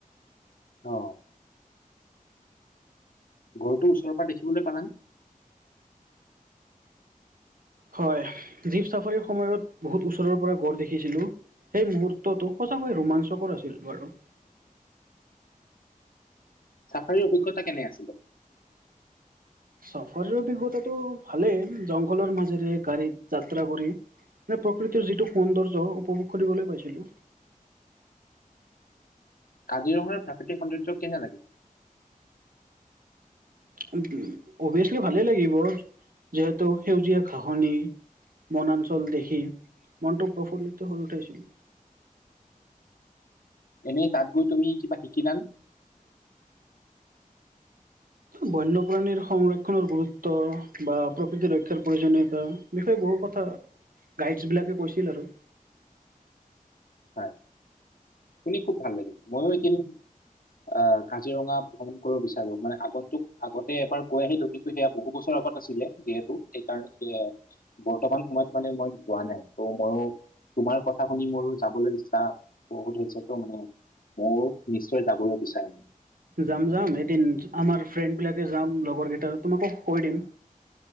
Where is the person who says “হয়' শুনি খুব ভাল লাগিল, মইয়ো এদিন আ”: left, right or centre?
Left